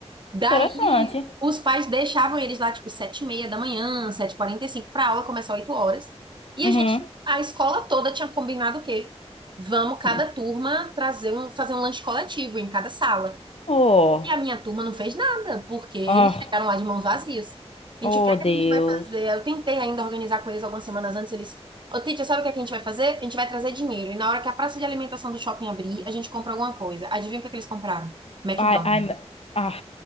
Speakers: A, on the right; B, on the left.
A: Daí,
B: interessante.
A: os pais deixavam eles lá, tipo, sete e meia da manhã, sete e quarenta e cinco, para aula começar oito horas. E
B: Uhum.
A: a gente, a escola toda tinha combinado o quê? Vamos cada
B: Hum.
A: turma trazer um, fazer um lanche coletivo em cada sala.
B: Oh.
A: E a minha turma não fez nada, porque eles
B: Ah.
A: chegaram lá de mãos vazias. A
B: Oh,
A: gente, o que é que
B: Deus.
A: a gente vai fazer? Eu tentei ainda organizar com eles algumas semanas antes, eles... Ô, Titi, sabe o que é que a gente vai fazer? A gente vai trazer dinheiro. E na hora que a praça de alimentação do shopping abrir, a gente compra alguma coisa. Adivinha o que é que eles compraram? McDonald's.
B: Ai, ai, ah.